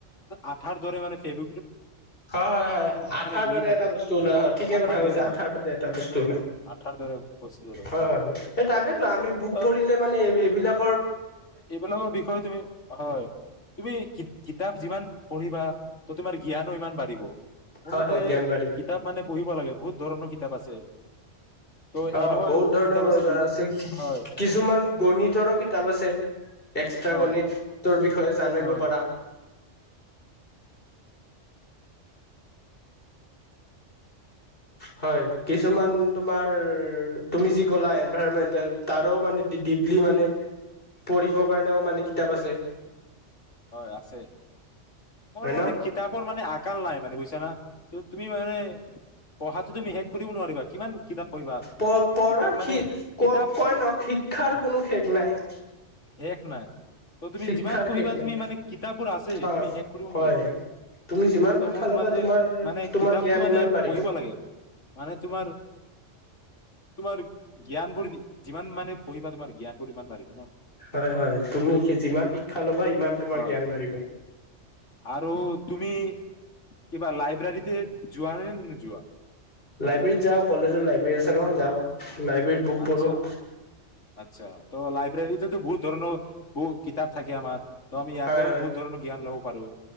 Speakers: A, on the left; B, on the left.
A: আঠাৰ দৰে মানে সেইব
B: হয় হয় হয় আঠাৰ
A: বহি
B: দৰে
A: থাকে
B: এটা বস্তু ওলাই হয় ঠিকে
A: আঠাৰ
B: কথা কৈছা,
A: হয়
B: আঠাৰ দৰে এটা বস্তু ওলাই
A: আঠাৰ দৰে বস্তুৰ
B: হয়
A: এটা
B: এই তাকেতো আমি বোক
A: ত
B: পৰিলে মানে এই এইবিলাক
A: এইবিলাকৰ বিষয়ে তুমি হয় তুমি কিত কিতাপ তাপ যিমান পঢ়িবা ত তোমাৰ জ্ঞানো ইমান বাঢ়িব। মোৰ
B: হয়
A: মতে
B: হয় জ্ঞান বাঢ়িব
A: কিতাপ মানে পঢ়িব লাগে বহুত ধৰণো কিতাপ আছে। ত'
B: অ
A: এনেকুৱা
B: বহুত ধৰণৰ
A: কিতাপ
B: মানে
A: ই
B: আছে
A: হয়
B: কিছুমান গণিত তৰো আছে এক্সট্ৰা
A: হয়
B: গণিতৰ বিষয় জানিব
A: হয়
B: পাৰা। হয় কিছুমান তোমাৰ তুমি যি কলা এনভাইৰমেন্টেল তাৰো মানে ডিপলি মানে পঢ়িব কাৰণেও মানে কিতাপ আছে।
A: হয় আছে, মোৰ
B: হয়
A: মতে
B: ন
A: কিতাপৰ মানে আগ কাল নাই মানে বুইছা ত তুমি মানে পঢ়াটো তুমি শেষ কৰিব নোৱাৰিবা। কিমান কিতাপ পঢ়িবা
B: প-পঢ়াৰ
A: কিতাপ মানে
B: শেষ
A: কিতাপ
B: ক-কইন শিক্ষাৰ কোনো শেষ নাই।
A: শেষ নাই ত তুমি
B: শিক্ষাৰ
A: যিমান পঢ়িবা
B: শেষ নাই
A: তুমি মানে কিতাপোৰ আছে
B: হয়
A: তুমি শেষ কৰিব
B: হয়
A: নোৱাৰিবা,
B: তুমি যিমান
A: ত
B: শিক্ষা
A: মোৰ
B: ল'বা
A: মতে
B: তোমাৰ
A: মানে
B: তোমাৰ
A: কিতাপটো
B: জ্ঞান
A: মানে
B: ইমান বাঢ়িব
A: পঢ়িব লাগে মানে তোমাৰ তোমাৰ জ্ঞানবোৰ যি-যিমান মানে পঢ়িবা তোমাৰ জ্ঞান বোৰ হিমান বাঢ়িব ন।
B: হয় হয় তুমি যিমান শিক্ষা ল'বা, সিমান তোমাৰ
A: হয়
B: জ্ঞান বাঢ়িব।
A: আৰু তুমি, কিবা লাইব্ৰেৰীতে যোৱা নে নোযোৱা?
B: লাইব্ৰেৰীত যাওঁ। কলেজৰ লাইব্ৰেৰী আছে নহয়, যাওঁ। লাইব্ৰেৰীত বুক
A: আচ্ছা
B: পঢ়োঁ,
A: আচ্ছা ত' লাইব্ৰেৰীতেতো বহুত ধৰণৰ, বহু কিতাপ থাকে আমাৰ। ত' আমি ইয়াতেও
B: হয় হয়।
A: আমি বহুত ধৰণৰ জ্ঞান ল'ব পাৰো